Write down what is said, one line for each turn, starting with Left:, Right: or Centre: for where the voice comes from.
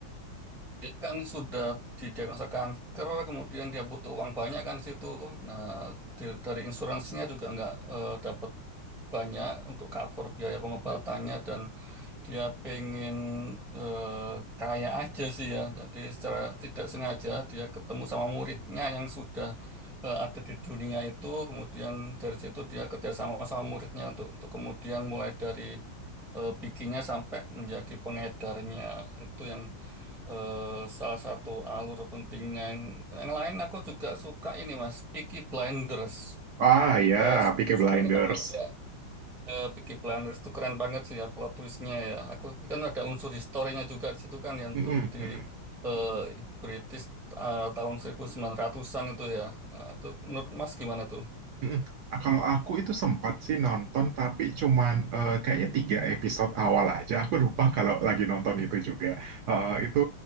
Centre: Dia kan sudah didiagnosa kanker, kemudian dia butuh uang banyak kan di situ. Nah, di- dari insuransinya juga nggak eh, dapat banyak untuk cover biaya pengobatannya dan dia pengen eh, kaya aja sih ya. Jadi secara tidak sengaja dia ketemu sama muridnya yang sudah eh, ada di dunia itu. Kemudian dari situ dia kerjasama sama muridnya untuk untuk kemudian mulai dari eh, bikinnya sampai menjadi pengedarnya. Itu yang eh, salah satu alur pentingnya. Yang, yang lain aku juga suka ini Mas, Peaky Blinders.
Right: Ah ya,
Centre: Eh, suka,
Right: Peaky Blinders.
Centre: suka nonton, Bang? Ya. Eh, Peaky Blinders tuh keren banget sih ya plot twistnya ya. Aku kan ada unsur historinya juga di situ kan yang
Right: Mm-mm,
Centre: untuk di
Right: mm-mm.
Centre: eh, British eh, tahun ratusan an itu ya. Nah, itu menurut Mas gimana tuh?
Right: Mm-mm. Ah, Kalau aku itu sempat sih nonton, tapi cuman eh, kayaknya tiga episode awal aja. Aku lupa kalau lagi nonton itu juga. Eh, itu